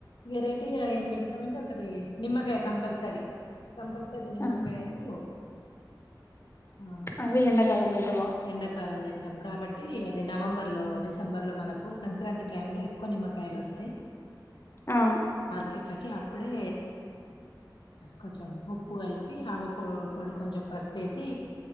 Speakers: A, on the left; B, on the left.
A: వెరైటీగా ఏం పెడతామండి ఒకటి నిమ్మకాయ కంపల్సరీ కంపల్సరి నిమ్మకాయలు
B: ఆహా
A: ఆ
B: అవి ఎండాకాలం తింటే బాగుంటాయి
A: ఎండకాలం ని కాబట్టి అది నవంబర్ లో డిసెంబర్ లో మనకు సంక్రాంతి టైంలో ఎక్కువ నిమ్మకాయలు వస్తాయి
B: అవును
A: కట్లకి అప్పుడే కొంచెం ఉప్పు కలిపి ఆవొ పొడి కొంచెం పసుపేసి